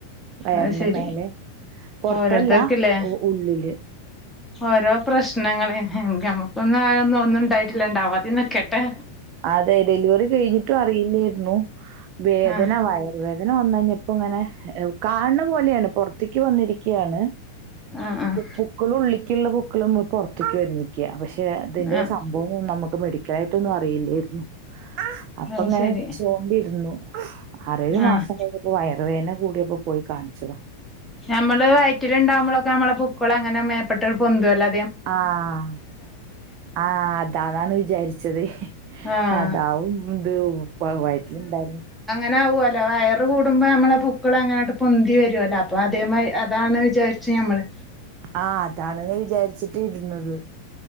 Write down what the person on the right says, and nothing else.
വയറിന്റെ
മേലെ പൊറത്തല്ല
ഉള്ളില്
അതെ ഡെലിവറി കഴിഞ്ഞിട്ടും അറിയില്ലായിരുന്നു വേദന
വയറ് വേ വേദന വന്ന് കഴിഞ്ഞപ്പോ ഇങ്ങനെ കാണണ പോലെയാണ് പുറത്തേക്ക് വന്നിരിക്കുകയാണ്.
പുക്കിൾ ഉള്ളിക്കുള്ള പുക്കിൾ നമ്മക്ക് പുറത്തേക്ക് വന്നിരിക്കയാ പക്ഷെ പക്ഷെ അതിന്റെ
സംഭവം ഒന്നും നമുക്ക് മെഡിക്കലായിട്ടൊന്നും അറിയില്ലായിരുന്നു. അപ്പൊ
ഇങ്ങനെ
വെച്ചോണ്ടിരുന്നു ആറേഴു
മാസം കഴിഞ്ഞപ്പൊ വയര് റുവേദന കൂടിയപ്പോ പോയി കാണിച്ചതാ
ആഹ് ആഹ് അതാന്നാണ് വിചാരിച്ചത്
അതാവും ഇത് വയറ്റില്‌ ഇണ്ടയിരുന്നു
ആഹ് അതാണ് വിചാരിച്ചിട്ട് ഇരുന്നത്